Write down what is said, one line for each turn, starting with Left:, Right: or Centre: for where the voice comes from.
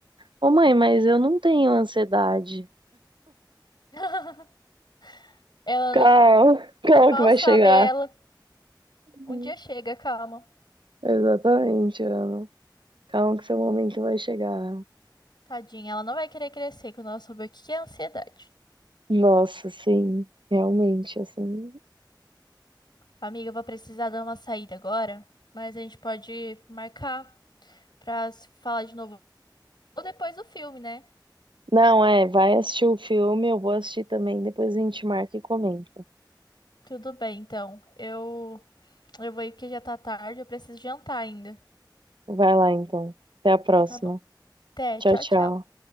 Right: Ô mãe, mas eu não tenho ansiedade.
Left: <laughs> Ela
Right: Calma,
Left: não...
Right: <laughs> calma
Left: Mal
Right: que vai
Left: sabe
Right: chegar.
Left: ela.
Right: Uhum.
Left: Um dia chega, calma.
Right: Exatamente, Ana. Calma que seu momento vai chegar.
Left: Tadinha, ela não vai querer crescer quando ela souber o que que é ansiedade.
Right: Nossa, sim, realmente, assim.
Left: Amiga, eu vou precisar dar uma saída agora, mas a gente pode marcar pra se falar de novo ou depois do filme, né?
Right: Não, é, vai assistir o filme, eu vou assistir também, depois a gente marca e comenta.
Left: Tudo bem, então. Eu eu vou ir porque já tá tarde, eu preciso jantar ainda.
Right: Vai lá então. Até a próxima.
Left: Então tá bom. Até,
Right: Tchau,
Left: tchau,
Right: tchau.
Left: tchau.